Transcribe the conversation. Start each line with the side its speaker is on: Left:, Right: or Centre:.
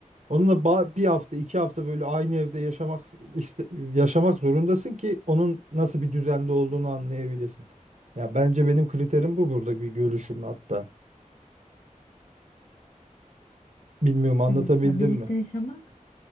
Right: onunla ba- bir hafta, iki hafta böyle aynı evde yaşamak iste- yaşamak zorundasın ki onun nasıl bir düzende olduğunu anlayabilesin. Ya bence benim kriterim bu burada bir görüşüm hatta. Bilmiyorum anlatabildim
Left: Evet ya birlikte
Right: mi?
Left: yaşamak